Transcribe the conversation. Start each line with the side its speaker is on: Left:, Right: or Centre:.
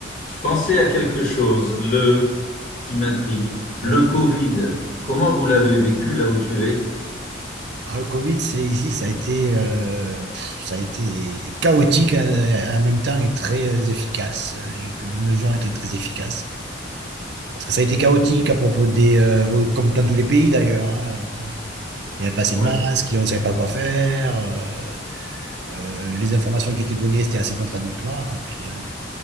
Left: Je pensais à quelque chose, le qui m'intrigue, le
Right: Ouais.
Left: Covid. Comment vous l'avez vécu là où tu es?
Right: Alors, le Covid, c'est ici, ça a été, euh, pff, ça a été chaotique à- à- en même temps et très euh, efficace. Les, les mesures ont été très efficaces. Parce que ça a été chaotique à propos des, euh, comme dans tous les pays d'ailleurs. hein. Il n'y avait pas assez
Left: Ouais,
Right: de masques, on ne savait pas quoi faire. euh, euh, les informations qui étaient données, c'était assez contradictoire. Et puis euh,